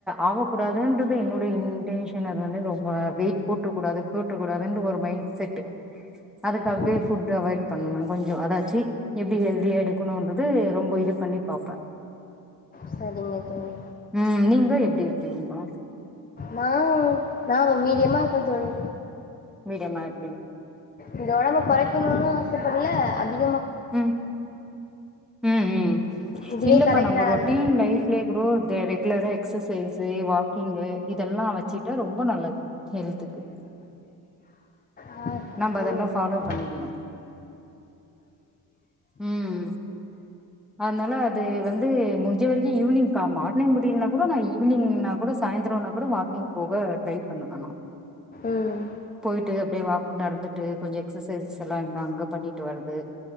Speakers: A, in the centre; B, on the left.
A: ஆகக்கூடாதுன்றது என்னோடைய இன்டென்ஷன் அது வந்து ரொம்ப வெயிட் போட்ரக்கூடாது போட்ரக்கூடாது ஒரு மைண்ட் <inaudible> செட்டு அதுக்காகவே
B: ம்
A: ஃபுட்டு் அவாய்ட் பண்ணுவேன் கொஞ்சம் அதாச்சு எப்படி ஹெல்தியா எடுக்கணும்ன்றது ரொம்ப இது பண்ணி பார்ப்பேன்
B: சரிங்க தோழி
A: உம் நீங்க எப்டி இருப்பீங்க
B: நான் ந மீதியமா இருப்ப தோழி
A: வீடியோ மாரி
B: இந்த ஒடம்பு கொறக்கணும்னு ஆச படல அதிக
A: ம் ம் ம்
B: இதுவே
A: இல்லப்பா
B: கரெக்டான
A: நம்ம ரோட்டின் லைப்ல கூட ரெகுலரா எக்ஸசைஸு வாக் கிங் இதெல்லாம் வச்சுட்டா ரொம்ப நல்லது ஹெல்த்துக்கு
B: ஆ
A: நம்ப அதலாம்
B: சரிங்க தோழி
A: ஃபாலோ பண்ணிக்கணும் உம் அதனால அது வந்து முஞ்ச வரைக்கும் ஈவினிங் மார்னிங் முடியலனா கூட ந ஈவினிங்னா கூட சாந்தரம்னா கூட வாக்கிங் போக ட்ரை பண்ணுவன் நான்
B: ம்
A: போய்ட்டு அப்டியே வாக் நடந்துட்டு கொஞ்சம் எக்ஸ்சசைஸ் எல்லாம் இருந்தா அங்க பண்ணிட்டு வருது